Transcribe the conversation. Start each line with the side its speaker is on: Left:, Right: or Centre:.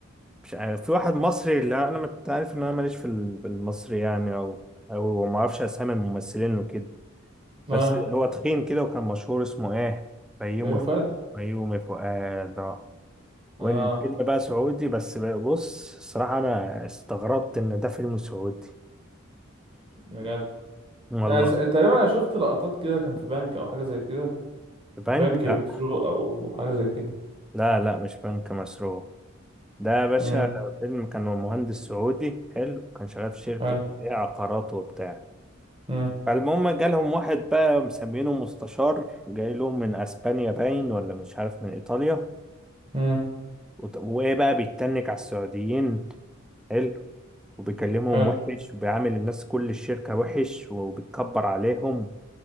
Centre: مش عارف في واحد مصري لا انا مت- عارف ان انا ماليش في ال- في المصري يعني او او ما اعرفش اسامي الممثلين وكده
Right: اه
Centre: بس هو تخين كده وكان مشهور اسمه ايه بيومي
Right: بيومي
Centre: فؤاد
Right: فؤاد
Centre: بيومي فؤاد آه. والفيلم
Right: اه
Centre: بقى سعودي بس بص الصراحة انا استغربت ان ده فيلم سعودي
Right: بجد
Centre: <clears throat> والله
Right: أنا س- تقريبا انا شفت لقطات كده كان في بنك او حاجه زي كده
Centre: البنك
Right: بنك
Centre: لا
Right: مسروق او حاجه زي كده
Centre: لا لا مش بنك مسروق ده يا باشا
Right: امم
Centre: فيلم كان هو مهندس سعودي حلو كان شغال في شركة
Right: حلو
Centre: إيه عقارات وبتاع
Right: امم
Centre: فالمهم جالهم واحد بقى مسمينه مستشار جاي لهم من اسبانيا باين ولا مش عارف من ايطاليا
Right: امم
Centre: وت- وايه بقى بيتنك على السعوديين حلو وبيكلمهم
Right: حلو
Centre: وحش وبيعامل الناس كل الشركة وحش وبيتكبر عليهم